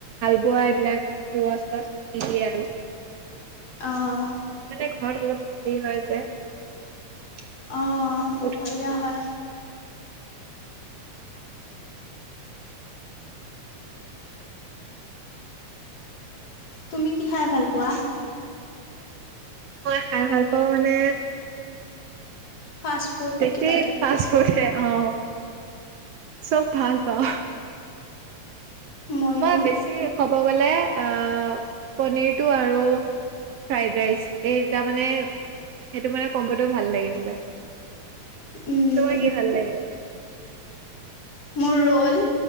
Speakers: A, on the right (about 70°); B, on the left (about 60°).
A: হাল বোৱা, এইবিলাক লোৱা চোৱা চব দি দিয়ে আৰু
B: অহ।
A: মানে ঘৰত অলপ হেৰি হয় যে।
B: অ
A: জুত
B: অসুবিধা
A: বহুত।
B: হয়। তুমি কি খাই ভাল পোৱা?
A: মই খাই ভাল পাওঁ মানে,
B: ফাষ্ট ফুড
A: একেই
B: কিবা কিবি
A: ফাষ্ট ফুড হে অ চব ফষ্ট বাও
B: ময়ো
A: মই বেছি কব গলে অ পনীৰটো আৰু ফ্ৰাইড ৰাইচ এই দুটা মানে সেইটো মানে কম্বটো ভাল লাগিব যে
B: উম,
A: তোমাৰ কি ভাল লাগে
B: মোৰ ৰোল